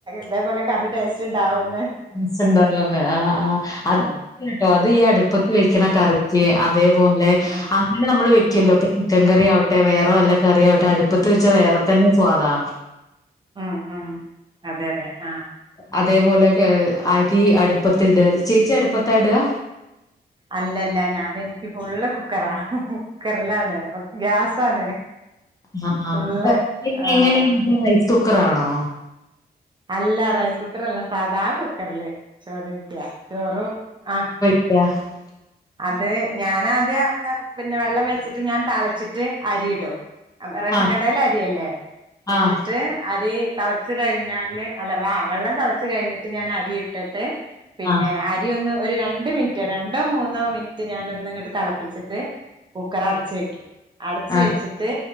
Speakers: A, on the right; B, on the left.
A: ഇതേപോലെ കറി ടേസ്റ്റ് ഉണ്ടാവൂന്ന്
B: <unintelligible> ആഹ് ആഹ് അത്
A: അതെ
B: <inaudible> കേട്ടോ അത് ഈ അടുപ്പത്തി വെക്കണ കറിക്ക് അതേപോലെ
A: ഉം
B: അങ്ങനെ നമ്മള് വെക്കല്ലോ
A: ഉം
B: ഇപ്പൊ ചിക്കൻ കറി ആവട്ടെ വേറെ വല്ല കറി ആവട്ടെ അടുപ്പത്ത് വെച്ച വേറെ തന്നെ സ്വാദാ
A: ഉം ഉം അതെ അതെ ആഹ്
B: അതേപോലെക് അരി അടുപ്പത്തി ഇട ചേച്ചി അടുപ്പത്ത ഇടുക
A: അല്ലല്ല ഞാന് എനിക്ക് ഫുള്ള് കുക്കറ കുക്കറിലാണ് ഗ്യാസാണ്
B: ആ <unintelligible>
A: ഫുള്ള് ആഹ്
B: എങ്ങനെ നിങ്ങനെ റൈസ് കുക്കറാണോ?
A: അല്ലാ റൈസ് കുക്കർ അല്ലാ സാദാ കുക്കറില് ചോറ്രിക്ക ചോറും ആഹ
B: അ
A: അത്. ഞാൻ ആദ്യം പിന്നെ വെള്ളം വെച്ചിട്ട് ഞാൻ തളച്ചിട്ട് അരി ഇടും റേഷൻ
B: ആഹ്
A: കടേലെ അരിയല്ലേ. എന്നിട്ട്
B: ആഹ്
A: അരി തളച് കഴിഞ്ഞാല് അല്ല വ വെള്ളം തെളച് കഴിഞ്ഞിട്ട് ഞാൻ അരി ഇട്ടിട്ട് പിന്നെ
B: ആഹ്
A: അരി ഒന്ന് ഒരു രണ്ട് മിൻറ്റോ രണ്ടോ മൂന്നോ മിനിറ്റ് ഞാൻ ഒന്ന് ഇങ്ങട്ട് തളപ്പിച്ചിട്ട് കുക്കർ അടച്ച് വെക്കും. അടച്ച്
B: ആഹ്
A: വെച്ചിട്ട്